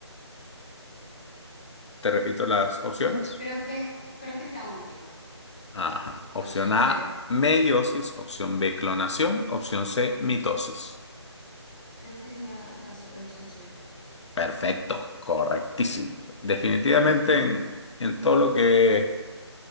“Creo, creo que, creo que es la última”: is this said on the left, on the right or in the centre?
Left